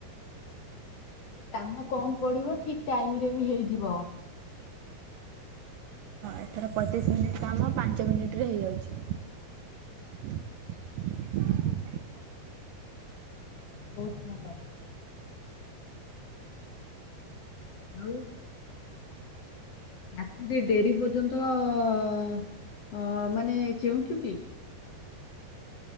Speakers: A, on the left; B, on the right.
A: କହିଲି କାମ କମ ପଡ଼ିବ ଠିକ ଟାଇମ ରେ ବି ହେଇଯିବ।
B: ଏଥର ପଚିଶ ମିନିଟ କାମ ପାଞ୍ଚ ମିନିଟ ରେ ହେଇଯାଉଛି । <inaudible>
A: ବହୁତ ଭଲ। ଆଉ ରାତିରେ ଡେରି ପର୍ଯ୍ୟନ୍ତ ଅ ମାନେ ଚେଉଁଚୁ କି?